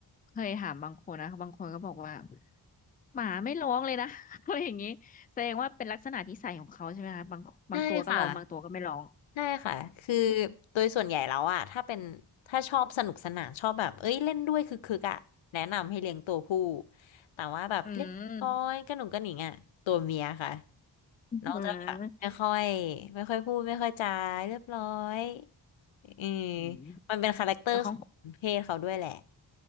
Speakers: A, on the left; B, on the left.
A: เคยถามบางคนนะบางคนก็บอกว่าหมาไม่ร้องเลยนะ <laughs> อะไรอย่างนี้แสดงว่าเป็นลักษณะนิสัยของเขาใช่ไหมคะบางบางตัวก็ร้องบางตัวก็ไม่ร้อง
B: ใช่ค่ะ ใช่ค่ะคือโดยส่วนใหญ่แล้วอะถ้าเป็นถ้าชอบสนุกสนานชอบแบบเอ้ยเล่นด้วยคือคึกๆอะแนะนำให้เลี้ยงตัวผู้แต่ว่าแบบเรียบร้อยกระหนุ่งกระหนิงอะตัวเมียค่ะ
A: อืมอืม
B: น้องจะแบบไม่ค่อยไม่ค่อยพูดไม่ค่อยจาเรียบร้อยอืม
A: อืม
B: มันเป็นคาแรคเตอร์ของเพศเขาด้วยแหละ
A: แล้วของ